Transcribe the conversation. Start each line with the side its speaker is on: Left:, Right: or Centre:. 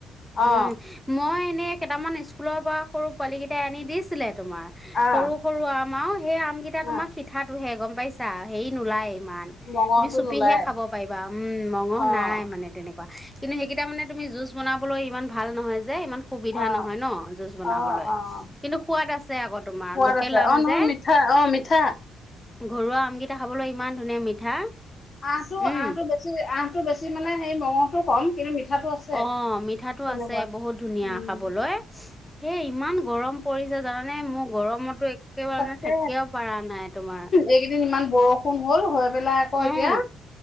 Left: অ
Centre: উম, মই এনেই কেইটামান স্কুলৰ পৰা সৰু পোৱালি কেইটাই আনি দিছিলে তোমাৰ৷সৰু
Left: আহ
Centre: সৰু আম আৰু সেই আম কেইটা তোমাৰ
Left: আহ
Centre: সিঠাটোহে গম পাইছা? হেৰি নোলায়ে ইমান
Left: মঙহটো
Centre: তুমি চুপিহে
Left: নোলায়
Centre: খাব পাৰিবা৷ উম, মঙহ
Left: অ
Centre: নাই মানে তেনেকুৱা। কিন্তু সেইকেইটা মানে তুমি জুছ বনাবলৈ ইমান ভাল নহয় যে ইমান সুবিধা
Left: অ',
Centre: নহয় ন জুচ
Left: অ', অ',
Centre: কিন্তু সোৱাদ আ আকৌ তোমাৰ
Left: সোৱাদ
Centre: লোকে
Left: আছে
Centre: লাম
Left: অ', নহয়
Centre: যে
Left: মিঠা অ', মিঠা
Centre: ঘৰুৱা আমকেইটা খাবলৈ ইমান ধুনীয়া মিঠা
Left: আ, টো
Centre: উম
Left: আটো বেছি আ টো বেছি মানে সেই মঙহো কম কিন্তু মিঠাটো আছে।
Centre: অ, মিঠাটো
Left: তেনেকুৱা
Centre: আছে বহুত ধুনীয়া
Left: উম,
Centre: খাবলৈ হে ইমান গৰম পৰিছে জানানে মোৰ গৰমতো এক একেবাৰণে
Left: তাকে
Centre: থাকিবও পৰা নাই তোমাৰ
Left: এইকেইদিন ইমান বৰষুণ হ'ল হৈ পেলাই আকৌ
Centre: উম
Left: এতিয়া